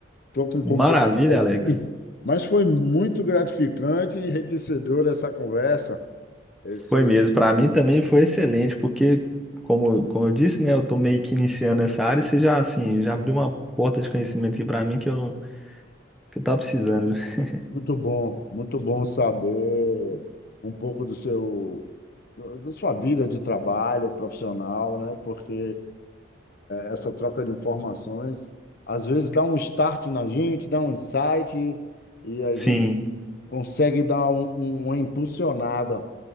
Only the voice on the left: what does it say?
Estou com um compromisso
aqui,
mas foi muito gratificante e enriquecedora essa conversa. Esse,
muito bom, muito bom saber um pouco do seu, do- da sua vida de trabalho profissional, né? Porque essa troca de informações às vezes dá um start na gente, dá um insight e a
gente consegue dar um- um- uma impulsionada